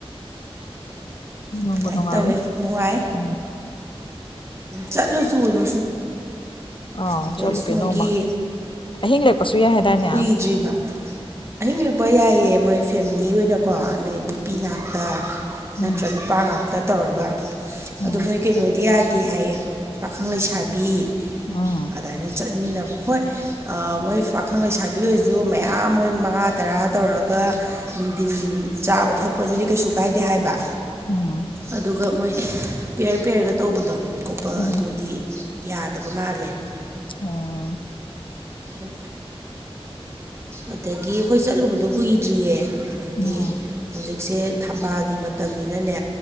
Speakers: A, on the left; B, on the right.
A: ꯅꯨꯡꯕꯨ
B: ꯑꯗꯨꯃꯥꯏꯅ
A: ꯅꯨꯡꯉꯥꯏꯅꯤ
B: ꯇꯧꯋꯦ ꯅꯨꯡꯉꯥꯏ
A: ꯎꯝ
B: ꯆꯠꯂꯨ ꯆꯅꯨꯁꯨ
A: ꯑꯥꯎ
B: ꯑꯗ
A: ꯆꯠꯂꯨꯒꯦ
B: ꯃꯒꯤ
A: ꯅꯣꯡꯃ ꯑꯍꯤꯡ ꯂꯦꯛꯄꯁꯨ ꯌꯥꯏ ꯍꯥꯏꯗꯥꯏꯅꯦ
B: ꯀꯨꯏꯗ꯭ꯔꯤꯕ ꯑꯍꯤꯡ ꯂꯛꯄ ꯌꯥꯏꯌꯦ ꯃꯣꯏ ꯐꯦꯃꯤꯂꯤ ꯑꯣꯏꯅꯀꯣ ꯑꯩ ꯅꯨꯄꯤ ꯉꯥꯛꯇ
A: ꯎꯝ
B: ꯅꯠꯇ꯭ꯔ ꯅꯨꯄꯥ ꯉꯥꯛꯇ ꯇꯧꯔꯒ
A: ꯎꯝ
B: ꯑꯗꯨ ꯃꯣꯏ ꯀꯩꯅꯣꯗꯤ ꯌꯥ ꯗꯤ ꯍꯥꯏꯌꯦ ꯄꯥꯈꯪ ꯂꯩꯁꯥꯕꯤ
A: ꯎꯝ
B: ꯑꯗꯨꯃꯥꯏꯅ ꯍꯣꯏ ꯃꯣꯏ ꯐ ꯄꯥꯈꯪ ꯂꯩꯁꯥꯕꯤ ꯑꯣꯏꯔꯁꯨ ꯃꯌꯥꯝ ꯃꯣꯏ ꯃꯉꯥ ꯇꯔꯥ ꯇꯧꯔꯒ ꯅꯨꯡꯊꯤꯟ ꯆꯥꯕ ꯊꯛꯄ ꯑꯗꯨꯗꯤ ꯀꯩꯁꯨ ꯀꯥꯏꯗꯦ ꯍꯥꯏꯕ
A: ꯎꯝ
B: ꯑꯗꯨꯒ ꯃꯣꯏ ꯄꯦꯔ ꯄꯦꯔꯒ ꯇꯧꯕꯗꯣ ꯈꯣꯠꯄ
A: ꯎꯝ
B: ꯑꯗꯨꯗꯤ ꯌꯥꯗꯕ ꯃꯥꯜꯂꯦ
A: ꯑ <unintelligible> <inaudible>
B: ꯑꯗꯣ ꯑꯗꯒꯤ ꯑꯩꯈꯣꯏ ꯆꯠꯂꯨꯕꯗꯣ ꯀꯨꯏꯗ꯭ꯔꯤꯌꯦ ꯍꯥꯏꯗꯤ
A: ꯎꯝ
B: ꯍꯧꯖꯤꯛꯁꯦ ꯊꯝꯕꯥꯜꯒꯤ ꯃꯇꯝꯅꯤꯅꯅꯦ